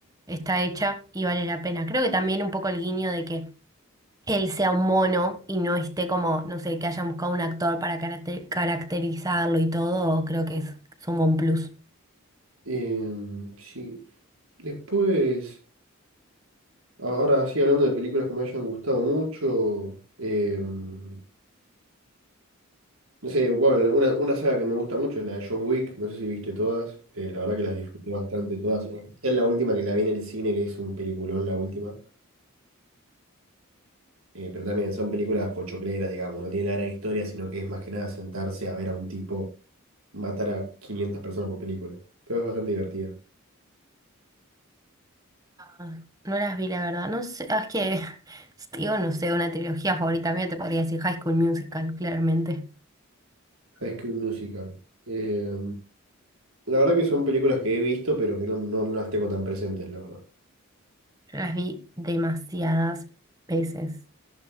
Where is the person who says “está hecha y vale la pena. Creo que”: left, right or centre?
Right